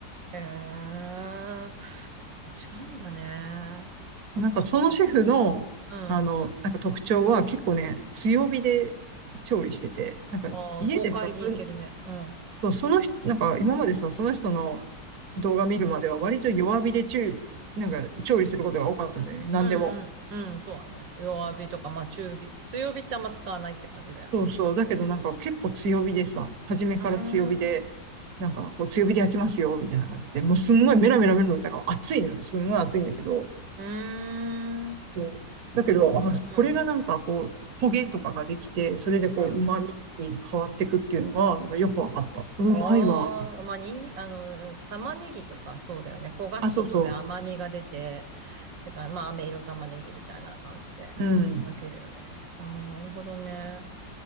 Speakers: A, on the right; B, on the right.
A: へえー、違うんだね。
B: なんか、
A: ちょっと、
B: そのシェフの、
A: うん。
B: あの、なんか特徴は結構ね、強火で調理してて、なんか、
A: ああ、
B: 家でさ、
A: 豪快にいけるね。
B: そ、
A: うん。
B: そうその人、なんか、今までさ、その人の動画見るまでは割と弱火で中、なんか、調理することが多かったんだよね。なんでも。
A: うんうん。うん、そうだね。弱火とか、まあ中火。強火ってあんま使わないって感じだよね。
B: そうそう。だけどなんか結構強火でさ、初めから強火で、
A: うーん。
B: なんかこう強火で焼きますよ、みたいな感じで、もうすんごいメラメラメラメラ、だから熱いのよ。すんごい熱いんだけど、
A: うーん。
B: そうだけど、あ、
A: うん。
B: これがなんかこう、焦げとかができて、それでこう、
A: うん。
B: 旨味に変わってくっていうのが、なんかよくわかった。うまいわ。
A: ああ、まあ、にんに、あの、玉ねぎとかそうだよね。焦がすことで甘みが出て、
B: あ、そうそ
A: てか、まあ、飴色玉ねぎみたいな感じで、
B: う。うん。
A: 焼けるよね。ああ、なるほどね。